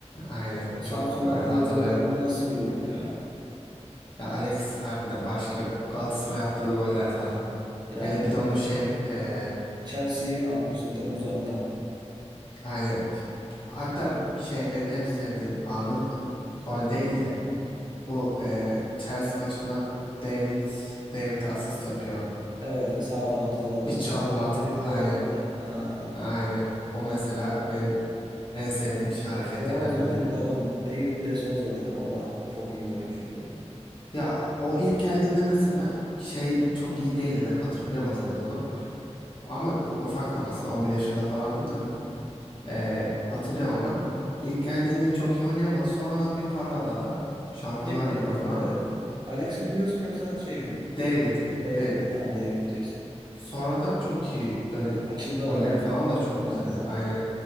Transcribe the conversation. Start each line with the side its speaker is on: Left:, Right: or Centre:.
Left: Aynen.
Right: O Samsun'a
Left: Çok e, hatırlıyorum.
Right: attığı gol var. ya, O nasıl bir gol ya?
Left: Ya Alex harbiden başka Galatasaray attığı goller falan.
Right: Yani
Left: Hele bir de onun şey e,
Right: Chelsea'ye mi atmıştı bir tane uzaktan?
Left: Aynen. Hatta şey benim en sevdiğim anı gol değil de bu e, Chelsea maçında David David asist yapıyor.
Right: Evet e, sağdan ortaladı.
Left: Bir çalım atıp
Right: David
Left: aynen
Right: Vole attı. Ha,
Left: aynen. O mesela benim en sevdiğim
Right: evet.
Left: şey hareketlerinden
Right: Ya o zaten
Left: biri.
Right: de o David de Souza da yani o da çok iyi bir oyuncuydu.
Left: Ya o ilk geldiğinde mesela şey çok iyi değildi ben hatırlıyorum o sezonu. Ama bir- ufaktım aslında 11 yaşında falandım da.
Right: Hı hı.
Left: E, hatırlıyorum ama ilk geldiğinde çok iyi oynayamadı. Sonradan bir parladı adam. Şampiyonlar
Right: Değil mi?
Left: Ligi'nde falan.
Right: Ee, Alex mi diyorsun yoksa şey mi?
Left: David'i.
Right: David.
Left: David.
Right: Ha David diyorsun.
Left: Sonradan çok iyi böyle
Right: Açıldı
Left: golleri
Right: adam.
Left: falan da çok
Right: Evet.
Left: güzeldi. Aynen.